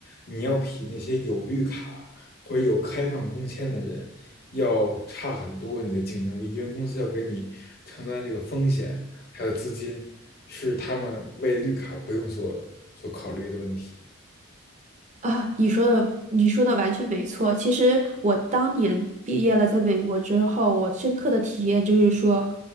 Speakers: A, on the left; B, on the right.
A: 你要比那些有绿卡或者有开放工签的人要差很多你的竞争力，因为公司要给你承担这个风险，还有资金，是他们为绿卡不用所所考虑的问题。
B: 啊，你说的你说的完全没错。其实我当年毕业了，在美国之后，我深刻的体验就是说，